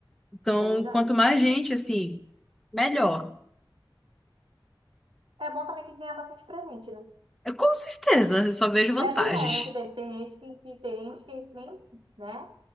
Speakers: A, in the centre; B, on the right.
A: Então,
B: isso é verdade.
A: quanto mais gente, assim, melhor.
B: É bom também que ganha bastante presente, né?
A: Eu, com certeza, eu só vejo
B: Se
A: vantagens.
B: é que né, né? Que tem tem gente que, que tem gente que nem, né?